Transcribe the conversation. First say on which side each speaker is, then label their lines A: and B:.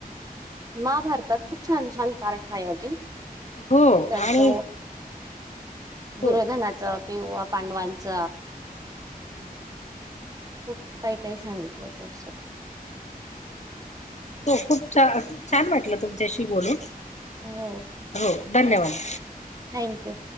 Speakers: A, on the right (about 25°); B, on the left (about 45°).
A: महाभारतात खूप छान छान पार्ट आहे अजून
B: हो
A: त्यांचं
B: आणि हो
A: दुर्योधनाचं किंवा पांडवांच.
B: हम्म.
A: खूप काही काही सांगितलंय बॉ अस.
B: हो खूप छ छान वाटलं तुमच्याशी बोलून
A: हो
B: हो धन्यवाद.
A: थँक्यू.